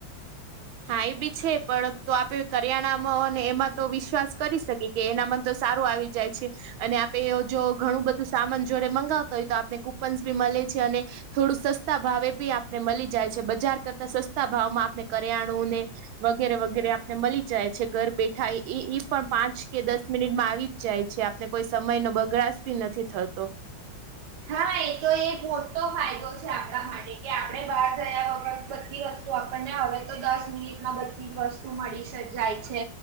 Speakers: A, on the right; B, on the right.
A: હા, એ બી છે, પણ તો આપે કરિયાણામાં ને એમાં તો વિશ્વાસ કરી શકીએ. એ એના મા તો સારું આવી જાય છે. અને આપે જો ઘણું બધું સામાન જોડે મંગાવતા હોય, તો આપને કુપનસ ભી મલે છે અને થોડું સસ્તા ભાવે બી આપને મલી જાય છે, બજાર કરતા સસ્તા ભાવમાં આપણે કરિયાણુંને વગેરે વગેરે આપને મલી જાય છે, ઘર બેઠા. એ એ પણ પાંચ કે દસ મિનિટમાં આવી જાય છે, આપને કોઈ સમય નો બગડાસ બી નથી થતો.
B: હા, એ. તો એ મોટો ફાયદો છે આપણા માટે કે, આપડે બહાર ગયા વગર બધી વસ્તુ તો આપણને હવે તો દસ મિનિટમાં બધી જ વસ્તુ મળી જાય છે